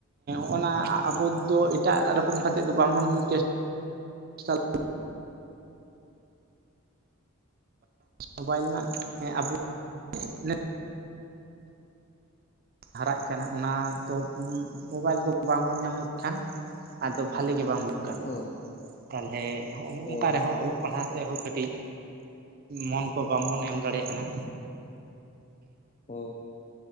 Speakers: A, on the right (about 45°); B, on the left (about 30°).
A: ᱦᱚᱸ ᱱᱟ ᱟᱵᱚ ᱫᱚ ᱮᱴᱟᱜ ᱨᱚᱠᱚᱢ ᱠᱟᱛᱮ ᱫᱚ ᱵᱟᱵᱚᱱ ᱪᱮᱥ ᱴᱟᱭᱟ ᱢᱳᱵᱟᱭᱤᱞ ᱨᱮᱱᱟᱜ ᱦᱮᱸ ᱟᱵᱚ ᱱᱮ ᱦᱟᱨᱟᱜ ᱠᱟᱱᱟ ᱚᱱᱟ ᱫᱚ ᱢᱳᱵᱟᱭᱤᱞ ᱠᱚ ᱵᱟᱝᱵᱚᱱ ᱧᱟᱢ ᱞᱮᱜᱠᱷᱟᱱ ᱟᱫᱚ ᱵᱷᱟᱞᱤ ᱜᱮ ᱵᱟᱝ ᱵᱩᱜ ᱠᱟᱱ
B: ᱦᱳᱭ
A: ᱛᱟᱞᱦᱮ ᱦᱚᱸᱜ
B: ᱦᱳᱭ
A: ᱝᱠᱟ ᱨᱮᱦᱚᱸ ᱚᱞᱚᱜ ᱯᱟᱲᱦᱟ ᱥᱮ ᱦᱚ ᱠᱟᱹᱴᱤᱡ ᱢᱚᱱ ᱠᱚ ᱵᱟᱝᱵᱚᱱ ᱮᱢ ᱫᱟᱲᱮᱭᱟᱜ ᱠᱟᱱᱟ᱾
B: ᱦᱳ